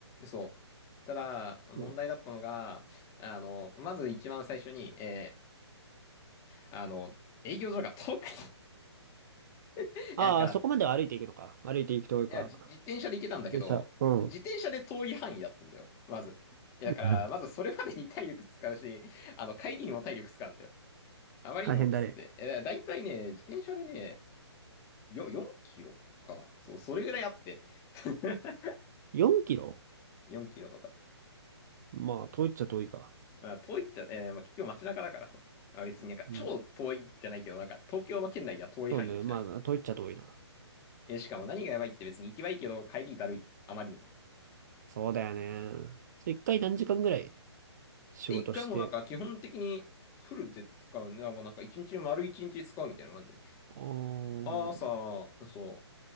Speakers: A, on the left (about 20°); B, on the right (about 40°).
A: そう。ただ、問題だったのが、
B: うん。
A: あの、まず一番最初に、えーあの、営業所が遠くて、<laughs>
B: ああ、
A: なんか、
B: そこまでは歩いていくのか。歩いていくというか。
A: いや、じ自転車で行けたんだけど、
B: でさ、うん。
A: 自転車で遠い範囲だったんだよ、
B: う
A: まず。いや、
B: ん
A: だから、まずそれまでに体力使うし、あの、帰りにも体力使うんだよ。あまりにもきつくて。
B: 大変だね。
A: いやだいたいね、自転車でね、よ、4キロかな。そう、それぐらいあって。<laughs>
B: 4キロ
A: 4キロとか。
B: まあ、遠いっちゃ遠いか。
A: まあ、遠いっちゃ、えーまあ、結局街中だからさ。まあ、別になんか超遠いじゃないけど、
B: うん。
A: なんか東京の県内では遠い範囲じゃない。
B: そうね。まあ、遠いっちゃ遠いな。
A: え、しかも何がやばいって別に行きはいいけど、帰りだるい。あまりにも。
B: そうだよね。それ一回何時間ぐらい仕事して。
A: で、一回もなんか基本的にフルで使うね。だからなんか一日丸一日使うみたいな感じで。
B: おー。
A: 朝、そ